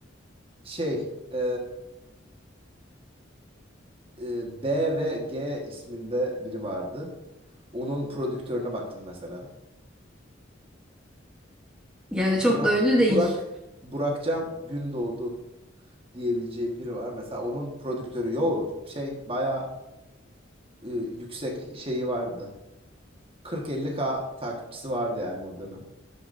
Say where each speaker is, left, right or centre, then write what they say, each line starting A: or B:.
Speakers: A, on the right (about 30°); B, in the centre.
A: şey ee, e, B ve G isminde biri vardı. Onun prodüktörüne baktım mesela.
B: Yani
A: Burak
B: çok da ünlü
A: Burak
B: değil.
A: Burakcan Gündoğdu diyebileceğim biri var. Mesela onun prodüktörü yo şey bayağı e, yüksek şeyi vardı. Kırk 50 k takipçisi vardı yani o dönem.